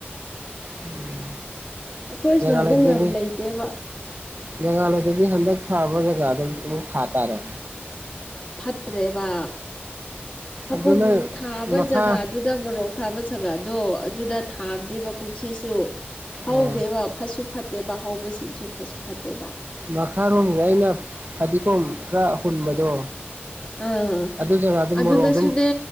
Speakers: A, on the right; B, on the left.
A: ꯎꯝ
B: ꯑꯩꯈꯣꯏ
A: ꯖꯒꯥꯂꯩꯇ꯭ꯔꯗꯤ
B: ꯁ꯭ꯋꯥꯏꯗ ꯂꯝ ꯂꯩꯇꯦꯕ
A: ꯖꯒꯥ ꯂꯩꯇ꯭ꯔꯗꯤ ꯍꯟꯗꯛ ꯊꯥꯕ ꯖꯒꯥꯗ ꯑꯃꯨꯛ ꯊꯥꯇꯥꯔꯦ꯫
B: ꯐꯠꯇ꯭ꯔꯦꯕ ꯍꯀꯨꯝ
A: ꯑꯗꯨ ꯅꯣꯏ
B: ꯊꯥꯕ
A: ꯃꯈꯥ
B: ꯖꯒꯥꯗꯨ ꯑꯗꯨ ꯃꯣꯔꯣꯛ ꯊꯥꯕ ꯖꯒꯥꯗꯣ ꯑꯗꯨꯗ ꯊꯥꯕꯅꯦꯕꯥ ꯀꯨꯝꯁꯤꯁꯨ ꯍꯧꯗꯦꯕ
A: ꯑ
B: ꯐꯠꯁꯨ ꯐꯠꯇꯦꯕ ꯍꯧꯕꯁꯤꯡꯁꯨ ꯐꯠꯁꯨ ꯐꯠꯇꯦꯕ꯫
A: ꯃꯈꯥꯔꯣꯝꯒꯤ ꯑꯩꯅ ꯐꯗꯤꯒꯣꯝ ꯈꯔ ꯍꯨꯟꯕꯗꯣ
B: ꯑꯥ
A: ꯑꯗꯨ ꯖꯒꯥꯗꯨ ꯃꯣꯔꯣꯛ
B: ꯑꯗꯨꯗꯁꯨꯅꯦ
A: ꯑꯗꯨꯝ